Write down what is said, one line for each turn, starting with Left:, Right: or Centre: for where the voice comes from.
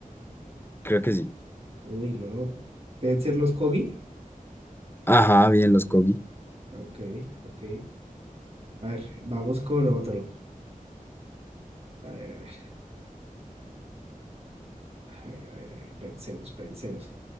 Left: Creo que sí.
Right: Uy, no, deben ser los Kogi.
Left: Ajá, bien, los Kogi.
Right: Ok, ok. A ver, vamos con otro. A ver, a ver, a ver, a ver, a ver, pensemos, pensemos.